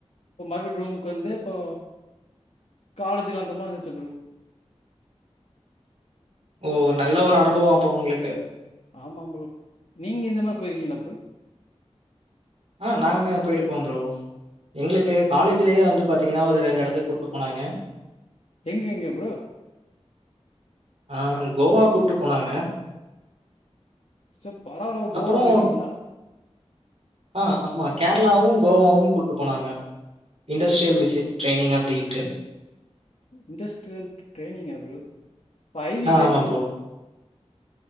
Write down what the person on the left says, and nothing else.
அப்போ மறுபடி ரூமுக்கு வந்து இப்போ காலேஜுக்கு அந்த மாரி இருந்துச்சு ப்ரோ
ஆமா ப்ரோ நீங்க இந்த மாரி போயிருக்கீங்ளா ப்ரோ
எங்க எங்க ப்ரோ
ச பரவால்ல கோவா
போயிட்டிகீங்ளா
இண்டஸ்ட்ரியல் ட்ரைனிங்கா அப்ப ஐ வி
இல்லயா
ப்ரோ